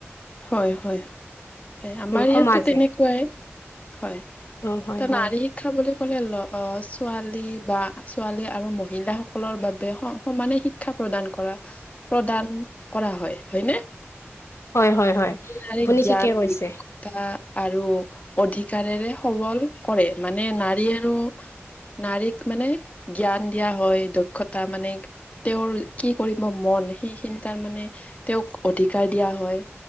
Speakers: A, on the left; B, on the left.
A: হয় হয় আমাৰ
B: উ সমাজে
A: ইয়াতও তেনেকুৱাই হয়
B: অ হয়
A: ত
B: হয়
A: নাৰি শিক্ষা বুলি ক'লে অ লৰা ছোৱালী বা ছোৱালী আৰু মহিলাাসকলৰ বাবে স সমানে শিক্ষা প্ৰদান কৰা প্ৰদান কৰা হয় হয়নে
B: হয় হয় হয়
A: নাৰী
B: আপুনি
A: জ্ঞান
B: ঠিকে কৈছে
A: দক্ষতা আৰু অধিকাৰেৰে সবল কৰে মানে নাৰী আৰু নাৰীক মানে জ্ঞান দিয়া হয় দক্ষতা মানে তেওঁৰ কি কৰিব মন সেইখিনি তাৰ মানে তেওঁক অধিকাৰ দিয়া হয়